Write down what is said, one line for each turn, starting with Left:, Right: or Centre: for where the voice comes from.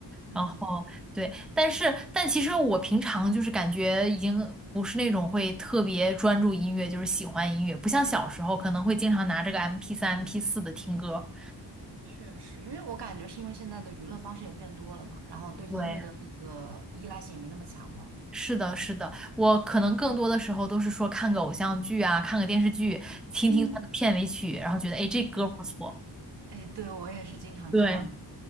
Right: 嗯，
Centre: 然后对，但是但其实我平常就是感觉已经不是那种会特别专注音乐，就是喜欢音乐，不像小时候可能会经常拿这个 m p 三、m p 四的听歌。
Right: 确实，因为我感觉是因为现在的娱乐方式也变多了嘛，然后对音乐的那个依赖性也没那么强了。
Centre: 对，是的，是的，我可能更多的时候都是说看个偶像剧啊，看个电视剧，听听它的片尾曲，
Right: 嗯，
Centre: 然后觉得哎这歌不错。
Right: 是的。哎，对，我也是经常这样。
Centre: 对，
Right: 子。